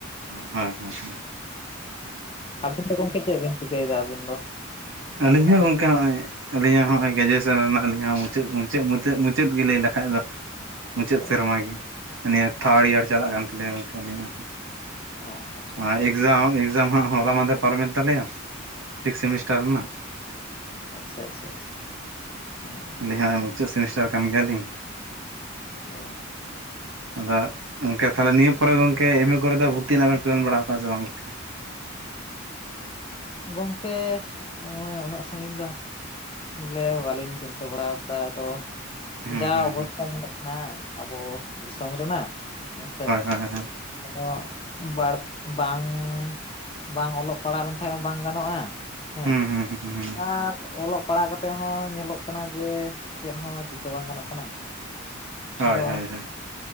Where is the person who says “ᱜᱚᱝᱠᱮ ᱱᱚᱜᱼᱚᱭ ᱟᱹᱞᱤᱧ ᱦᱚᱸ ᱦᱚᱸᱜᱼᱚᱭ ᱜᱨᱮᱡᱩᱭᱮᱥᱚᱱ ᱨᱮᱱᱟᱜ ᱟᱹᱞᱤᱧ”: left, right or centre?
Right